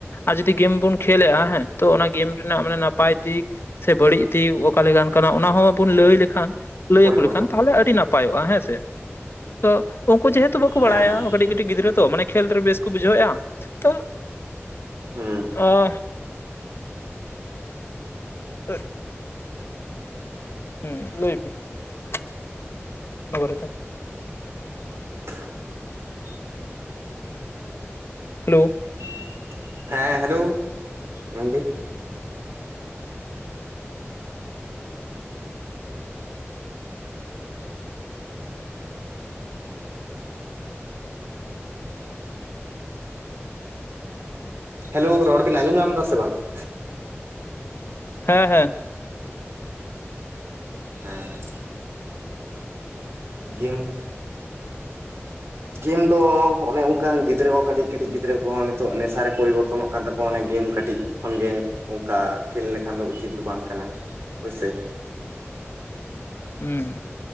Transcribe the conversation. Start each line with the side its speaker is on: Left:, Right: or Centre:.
Left: ᱟᱨ ᱡᱩᱫᱤ ᱜᱮᱢ ᱵᱚᱱ ᱠᱷᱮᱞᱮᱜ-ᱟ ᱦᱮᱸ, ᱛᱚ ᱚᱱᱟ ᱜᱮᱢ ᱨᱮᱱᱟᱜ ᱢᱟᱱᱮ ᱱᱟᱯᱟᱭ ᱫᱤᱠ ᱥᱮ ᱵᱟᱹᱲᱤᱡ ᱫᱤᱠ ᱚᱠᱟ ᱞᱮᱠᱟᱱ ᱠᱟᱱᱟ ᱚᱱᱟ ᱦᱚᱸᱵᱚᱱ ᱞᱟᱹᱭ ᱞᱮᱠᱷᱟᱱ ᱞᱟᱹᱭ
Right: ᱯᱚᱨᱤᱵᱚᱨᱛᱚᱱ
Left: ᱟᱠᱚ ᱞᱮᱠᱷᱟᱱ ᱛᱟᱦᱚᱞᱮ ᱟᱹᱰᱤ ᱱᱟᱯᱟᱭᱚᱜ-ᱟ ᱦᱮᱸ ᱥᱮ ᱾ ᱛᱚ ᱩᱱᱠᱩ ᱡᱮᱦᱮᱛᱩ ᱵᱟᱠᱚ
Right: ᱦᱮᱸ
Left: ᱵᱟᱲᱟᱭᱟ, ᱠᱟᱹᱴᱤᱡ ᱠᱟᱹᱴᱤᱡ ᱜᱤᱫᱽᱨᱟᱹ ᱛᱚ ᱢᱟᱱᱮ ᱠᱷᱮᱞ ᱨᱮ ᱵᱮᱥ ᱠᱚ ᱵᱩᱡᱷᱟᱹᱣᱮᱫ-ᱟ ᱛᱚ <inaudible>
Right: ᱦᱮᱸ
Left: ᱟ ᱦᱮᱸ ᱾ ᱦᱮᱸ ᱞᱟᱹᱭ ᱵᱤᱱ <inaudible> ᱚᱱᱟ ᱵᱟᱨᱮ ᱛᱮ ᱾
Right: <inaudible>
Left: ᱦᱮᱞᱳ ᱾
Right: <inaudible> ᱦᱮᱸ ᱦᱮᱞᱳ ᱾ <inaudible> ᱢᱮᱱ ᱵᱤ ᱦᱮᱞᱳ, ᱨᱚᱲ ᱵᱤᱱ ᱟᱸᱡᱚᱢ ᱧᱟᱢ ᱮᱫᱟ ᱥᱮ ᱵᱟᱝ? <inaudible>
Left: ᱦᱮᱸ ᱦᱮᱸ ᱾
Right: ᱦᱮᱸ ᱾ ᱜᱮᱢ ᱜᱮᱢ ᱫᱚ ᱚᱱᱮ ᱚᱱᱠᱟ ᱜᱤᱫᱽᱨᱟᱹ ᱠᱚ ᱠᱟᱹᱴᱤᱡ ᱠᱟᱹᱴᱤᱡ ᱜᱤᱫᱽᱨᱟᱹ ᱠᱚᱦᱚᱸ ᱱᱤᱛᱚᱜ ᱱᱮᱥᱟ ᱨᱮ ᱯᱚᱨᱤᱵᱚᱨᱛᱚᱱᱚᱜ ᱠᱟᱱ ᱛᱟᱠᱚᱣᱟ ᱚᱱᱮ ᱜᱮᱢ ᱠᱟᱹᱴᱤᱡ ᱠᱷᱚᱱ ᱜᱮ ᱚᱱᱠᱟ ᱠᱷᱮᱞ ᱞᱮᱠᱷᱟᱱ ᱫᱚ ᱩᱪᱤᱛ ᱫᱚ ᱵᱟᱝ ᱠᱟᱱᱟ ᱦᱳᱭ ᱥᱮ ᱾
Left: ᱦᱩᱸ ᱾